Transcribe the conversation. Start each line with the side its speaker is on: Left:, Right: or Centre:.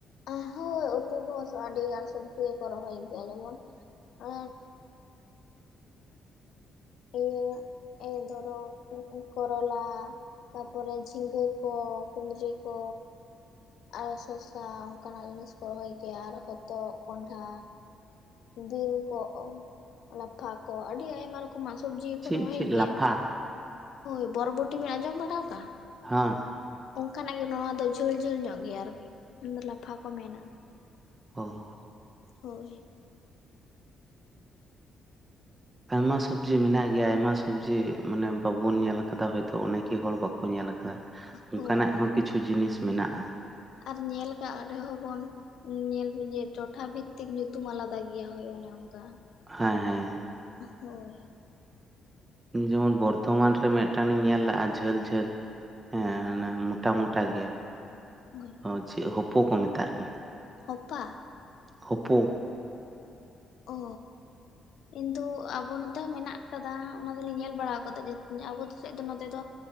Left: ᱮᱸ ᱦᱳᱭ ᱩᱛᱩ ᱠᱚᱦᱚᱸ ᱟᱹᱰᱤ ᱜᱟᱱ ᱥᱚᱵᱡᱤ ᱜᱮᱠᱚ ᱨᱚᱦᱚᱭ ᱜᱮᱭᱟ ᱡᱮᱢᱚᱱ ᱮ ᱮᱭ ᱮ ᱫᱷᱚᱨᱚ ᱠᱩ ᱠᱚᱨᱚᱞᱟ᱾ ᱛᱟᱯᱚᱨᱮ ᱡᱷᱤᱸᱜᱟᱹ ᱠᱚ ᱠᱩᱸᱫᱽᱨᱤ ᱠᱚ᱾ ᱟᱨᱚ ᱥᱚᱥᱟ ᱚᱱᱠᱟᱱᱟᱜ ᱡᱤᱱᱤᱥ ᱠᱚ ᱨᱚᱦᱚᱭ ᱜᱮᱭᱟ ᱟᱨ ᱦᱚᱛᱚᱫ ᱠᱚᱸᱰᱷᱟ᱾ ᱵᱤᱱ ᱠᱚ ᱞᱟᱯᱷᱟ ᱠᱚ ᱟᱹᱰᱤ ᱟᱭᱢᱟ ᱨᱚᱠᱚᱢ ᱢᱟᱜ ᱥᱚᱵᱽᱡᱤ ᱠᱚ
Right: ᱪᱮᱫ
Left: ᱨᱚᱦᱚᱭ
Right: ᱪᱮᱫ
Left: ᱜᱮᱭᱟ
Right: ᱞᱟᱯᱷᱟ
Left: ᱦᱳᱭ ᱵᱚᱨᱵᱚᱴᱤ ᱵᱤᱱ ᱟᱸᱡᱚᱢ ᱵᱟᱲᱟ ᱟᱠᱟᱫᱟ?
Right: ᱦᱟᱸ᱾
Left: ᱚᱱᱠᱟ ᱱᱟᱜ ᱜᱮ ᱱᱚᱣᱟ ᱫᱚ ᱡᱷᱟᱹᱞ ᱡᱷᱟᱹᱞ ᱧᱚᱜ ᱜᱮᱭᱟ ᱟᱨᱠᱤ ᱞᱟᱯᱷᱟ ᱠᱚ ᱢᱮᱱᱟ᱾
Right: ᱚᱻ᱾
Left: ᱦᱳᱭ᱾
Right: ᱟᱭᱢᱟ ᱥᱚᱵᱡᱤ ᱢᱮᱱᱟᱜ ᱜᱮᱭᱟ ᱟᱭᱢᱟ ᱥᱚᱵᱡᱤ ᱢᱟᱱᱮ ᱵᱟᱵᱚᱱ ᱧᱮᱞ ᱟᱠᱟᱫᱟ ᱦᱚᱭᱛᱚ ᱚᱱᱮᱠ ᱠᱤ ᱦᱚᱲ ᱵᱟᱠᱚ ᱧᱮᱞ ᱟᱠᱟᱫᱟ ᱚᱱᱠᱟᱱᱟᱜ
Left: ᱦᱳᱭ
Right: ᱦᱚᱸ ᱠᱤᱪᱷᱩ ᱡᱤᱱᱤᱥ ᱢᱮᱱᱟᱜᱼᱟ᱾
Left: ᱟᱨ ᱧᱮᱞ ᱟᱠᱟᱫ ᱨᱮᱦᱚᱸ ᱵᱚᱱ ᱧᱮᱞ ᱵᱩᱡᱮ ᱴᱚᱴᱷᱟ ᱵᱷᱤᱛ ᱛᱤᱠ ᱧᱩᱛᱩᱢ ᱟᱞᱟᱫᱟ ᱜᱮᱭᱟ ᱦᱳᱭ ᱚᱱᱮ ᱚᱱᱠᱟ᱾
Right: ᱦᱮᱸ ᱦᱮᱸᱦᱮᱸ᱾
Left: ᱦᱳᱭ᱾
Right: ᱡᱮᱢᱚᱱ ᱵᱚᱨᱫᱷᱚᱢᱟᱱ ᱨᱮ ᱢᱤᱫ ᱴᱟᱝᱧ ᱧᱮᱞ ᱞᱮᱼᱟ ᱡᱷᱟᱹᱞ ᱡᱷᱟᱹᱞ ᱦᱮᱸ ᱚᱱᱟ ᱢᱚᱴᱟ ᱢᱚᱴᱟ ᱜᱮᱭᱟ
Left: ᱦᱳᱭ
Right: ᱦᱚ ᱪᱮᱫ ᱦᱚᱯᱚ ᱠᱚ ᱢᱮᱛᱟᱜ ᱠᱟᱱᱟ᱾
Left: ᱦᱚᱯᱟ
Right: ᱦᱚᱯᱚ᱾
Left: ᱚᱻ᱾ ᱠᱤᱱᱛᱩ ᱟᱵᱚ ᱱᱚᱛᱮ ᱦᱚᱸ ᱢᱮᱱᱟᱜ ᱠᱟᱫᱟ ᱚᱱᱟ ᱫᱚᱞᱤᱧ ᱧᱮᱞ ᱵᱟᱲᱟ ᱟᱠᱟᱫᱟ ᱟᱵᱚ ᱥᱮᱫ ᱫᱚ ᱱᱚᱛᱮ ᱫᱚ